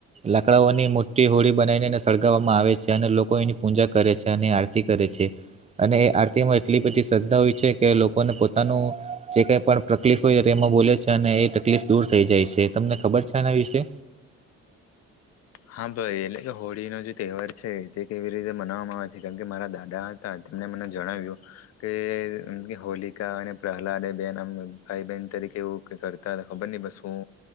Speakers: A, on the right; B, on the left.
A: લાકડાઓની મોટી હોળી બનાવીને એને સળગાવવામાં આવે છે. અને લોકો એની પૂજા કરે છે, અને આરતી કરે છે, અને એ આરતીમાં એટલી બધી શ્રદ્ધા હોય છે, કે લોકોને પોતાનું જે કાઇ પણ તકલીફ હોય છે, તો એમાં બોલે છે અને એ તકલીફ દૂર થઈ જાય છે, તમને ખબર છે એના વિશે?
B: હા ભાઈ, એટલે કે હોળી નો જે તહેવાર છે તે કેવી રીતે મનાવવામાં આવે છે. કારણ કે મારા દાદા હતા તેમને મને જણાવ્યું કેમ કે હોલિકા અને પ્રહલાદે બેન આમ ભાઈ બહેન તરીકે એવું ક કરતા હતા. ખબર નહી બસ શું